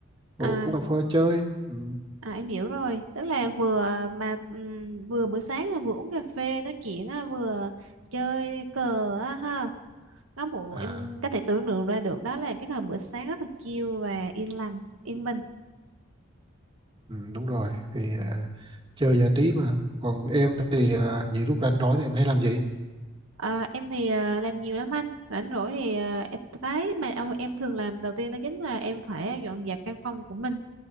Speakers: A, on the right; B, on the right.
A: ngồi
B: À
A: uống cà phê chơi Ừ.
B: À, em hiểu rồi, tức là vừa mà ừm, vừa buổi sáng là vừa uống cà phê nói chuyện á, vừa chơi cờ á ha. Có bộ
A: à
B: em có thể tưởng tượng ra được đó là cái là bữa sáng rất là chill và yên lành, yên bình.
A: ừ, đúng rồi thì
B: Ừ.
A: à, chơi giải trí mà còn em thì à, những lúc rảnh rỗi thì em hay làm gì
B: À, em thì à, làm nhiều lắm anh rảnh rỗi thì à, em- cái mà ông- em thường làm đầu tiên đó chính là em phải dọn dẹp căn phòng của mình